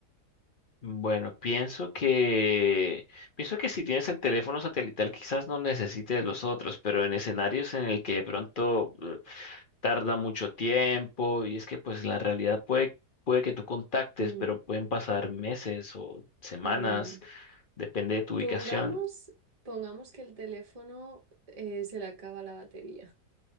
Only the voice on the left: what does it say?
Bueno, pienso que pienso que si tienes el teléfono satelital quizás no necesites los otros, pero en escenarios en el que de pronto eh, tarda mucho tiempo y es que pues la realidad puede puede que tú contactes,
pero pueden pasar meses o semanas,
depende de tu ubicación.